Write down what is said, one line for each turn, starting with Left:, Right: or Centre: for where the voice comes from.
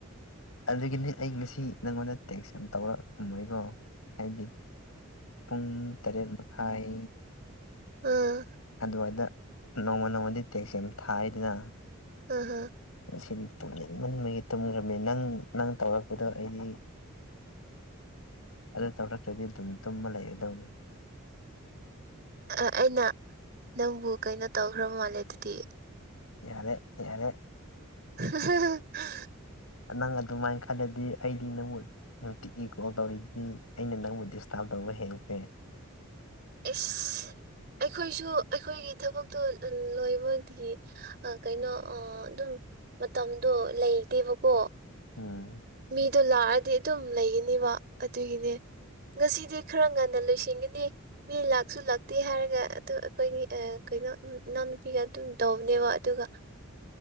Left: ꯑꯗꯨꯒꯤꯅꯦ ꯑꯩ ꯉꯁꯤ ꯅꯪꯉꯣꯟꯗ ꯇꯦꯛꯁ ꯌꯥꯝ ꯇꯧꯔꯛꯑꯃꯣꯏꯀꯣ ꯍꯥꯏꯗꯤ ꯄꯨꯡ ꯇꯔꯦꯠ ꯃꯈꯥꯏ
Right: ꯑꯥ
Left: ꯑꯗꯨꯋꯥꯏꯗ ꯅꯣꯡꯃ ꯅꯣꯡꯃꯗꯤ ꯇꯦꯛꯁ ꯌꯥꯝ ꯊꯥꯏꯌꯦꯗꯅ
Right: ꯑꯥꯍꯥ
Left: ꯉꯁꯤꯗꯤ ꯇꯨꯝꯅꯤꯡꯃꯟꯕꯒꯤ ꯇꯨꯝꯈ꯭ꯔꯕꯅꯤ ꯅꯪ ꯅꯪ ꯇꯧꯔꯛꯄꯗꯣ ꯑꯩꯗꯤ ꯑꯗꯨ ꯇꯧꯔꯛꯇ꯭ꯔꯗꯤ ꯑꯗꯨꯝ ꯇꯨꯝꯃ ꯂꯩꯔꯗꯧꯅꯤ
Right: ꯑ ꯑꯩꯅ ꯅꯪꯕꯨ ꯀꯩꯅꯣ ꯇꯧꯈ꯭ꯔ ꯃꯥꯜꯂꯦ ꯑꯗꯨꯗꯤ
Left: ꯌꯥꯔꯦ ꯌꯥꯔꯦ
Right: ꯑꯍꯥꯍꯥ
Left: ꯅꯪ ꯑꯗꯨꯃꯥꯏꯅ ꯈꯜꯂꯗꯤ ꯑꯩꯗꯤ ꯅꯪꯕꯨ ꯅꯨꯡꯇꯤꯒꯤ ꯀꯣꯜ ꯇꯧꯔꯤꯗꯨꯗꯤ ꯑꯩꯅ ꯅꯪꯕꯨ ꯗꯤꯁꯇꯥꯔꯕ ꯇꯧꯕ ꯍꯦꯟꯈ꯭ꯔꯦ
Right: ꯏꯁ ꯑꯩꯈꯣꯏꯁꯨ ꯑꯩꯈꯣꯏꯒꯤ ꯊꯕꯛꯇꯣ ꯂꯣꯏꯕꯒꯤ ꯑꯥ ꯀꯩꯅꯣ ꯑꯥ ꯑꯗꯨꯝ ꯃꯇꯝꯗꯣ ꯂꯩꯇꯦꯕꯀꯣ
Left: ꯎꯝ
Right: ꯃꯤꯗꯣ ꯂꯥꯛꯑꯗꯤ ꯑꯗꯨꯝ ꯂꯩꯒꯅꯤꯕ ꯑꯗꯨꯒꯤꯅꯦ ꯉꯁꯤꯗꯤ ꯈꯔ ꯉꯟꯅ ꯂꯣꯏꯁꯤꯟꯒꯅꯤ ꯃꯤ ꯂꯥꯛꯁꯨ ꯂꯥꯛꯇꯦ ꯍꯥꯏꯔꯒ ꯑꯗꯨ ꯑꯩꯈꯣꯏꯒꯤ ꯀꯩꯅꯣ ꯏꯅꯥꯎꯅꯨꯄꯤꯒ ꯑꯗꯨꯝ ꯇꯧꯕꯅꯦꯕ ꯑꯗꯨꯒ